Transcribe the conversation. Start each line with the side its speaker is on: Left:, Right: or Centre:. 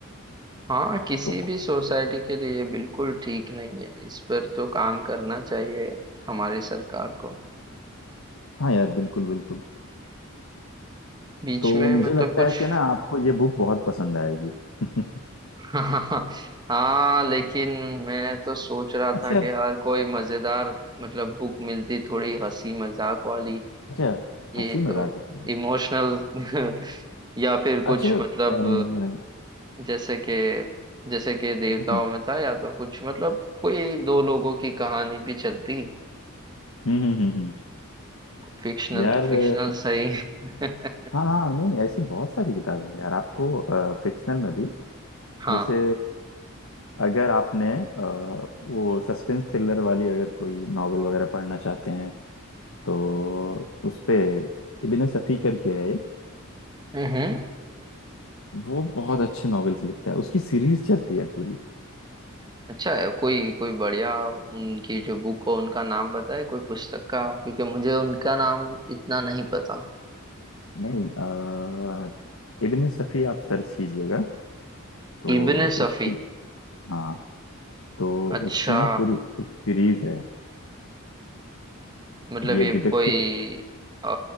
Right: हाँ किसी
Left: तो
Right: भी सोसाइटी के लिए ये बिल्कुल ठीक नहीं है इस पर तो काम करना चाहिए हमारी सरकार को
Left: हाँ यार बिल्कुल बिल्कुल
Right: बीच
Left: तो
Right: में
Left: मुझे
Right: मतलब
Left: लगता
Right: कुछ
Left: है कि ना आपको ये बुक बहुत पसंद आएगी <laughs>
Right: <laughs> हाँ हाँ लेकिन मैं तो सोच रहा
Left: अच्छा
Right: था कि यार कोई मजेदार मतलब बुक मिलती थोड़ी हंसी मजाक वाली
Left: अच्छा
Right: ये
Left: हंसी
Right: तो
Left: मजाक वाली बुक।
Right: इमोशनल <laughs> या फिर कुछ
Left: अच्छा अ,
Right: मतलब
Left: हम्म
Right: जैसे कि जैसे कि देवताओं
Left: हम्म
Right: में था या तो कुछ मतलब कोई दो लोगों की कहानी भी चलती
Left: हम्म, हम्म, हम्म,
Right: फिक्शनल
Left: यार
Right: तो फिक्शनल
Left: अ,
Right: सही <laughs>
Left: हाँ हाँ नहीं ऐसी बहुत सारी किताबें हैं यार आपको फिक्शनल में भी
Right: हाँ
Left: जैसे अगर आपने अ, वो सस्पेंस थ्रिलर वाली अगर कोई नॉवेल वगैरह पढ़ना चाहते हैं तो उस पे इब्ने सफ़ी करके है एक
Right: हम्म
Left: वो बहुत अच्छे नॉवेल्स लिखता है उसकी सीरीज चलती है पूरी
Right: अच्छा है कोई कोई बढ़िया उनकी जो बुक हो उनका नाम बताए कोई पुस्तक का क्योंकि मुझे उनका नाम इतना नहीं पता
Left: नहीं अ, इब्ने सफ़ी आप सर्च कीजिएगा तो
Right: इब्ने सफी
Left: उसकी हाँ तो
Right: अच्छा
Left: उसकी ना पूरी एक सीरीज है
Right: मतलब
Left: ये
Right: ये
Left: डिटेक्टिव
Right: कोई आ,